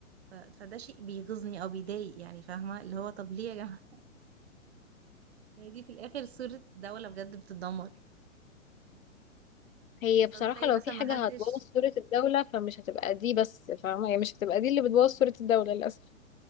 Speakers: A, on the right (about 50°); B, on the left (about 80°).
A: ف- فده شيء بيغيظني او بيضايق يعني فاهمة اللي هو طب ليه يا جماعة يعني دي في الاخر صورة دولة بجد بتتدمر
B: هي
A: خاصة
B: بصراحة
A: تخيلي
B: لو
A: مثلا
B: في
A: ما
B: حاجة
A: حدش
B: هتبوظ صورة الدولة فمش هتبقى دي بس فاهمة يعني مش هتبقى دي اللي بتبوظ صورة الدولة للأسف